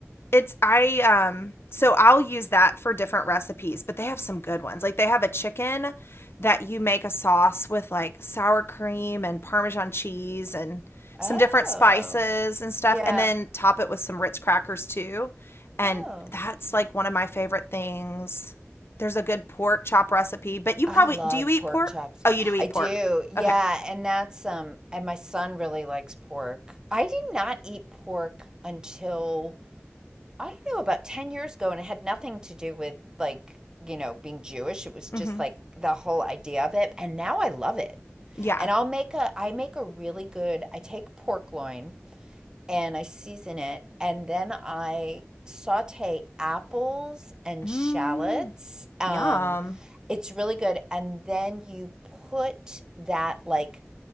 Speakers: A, on the left; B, on the right.
A: it's i um so i'll use that for different recipes but they have some good ones like they have a chicken that you make a sauce with like sour cream and parmesan cheese and some
B: Oh,
A: different spices and stuff
B: yeah.
A: and then top it with some ritz crackers too and
B: Oh.
A: that's like one of my favorite things there's a good pork chop recipe but you
B: I
A: probably
B: love
A: do you eat
B: pork
A: pork
B: chops.
A: oh you do eat
B: I do.
A: pork
B: Yeah,
A: okay
B: and that's um and my son really likes pork. I did not eat pork until I don't know, about 10 years ago, and it had nothing to do with like, you know, being Jewish. It was just
A: mm-hmm
B: like the whole idea of it. And now I love it.
A: yeah
B: And I'll make a, I make a really good, I take pork loin and I season it, and then I saute apples and
A: mm,
B: shallots. Um,
A: yum
B: it's really good. And then you put that like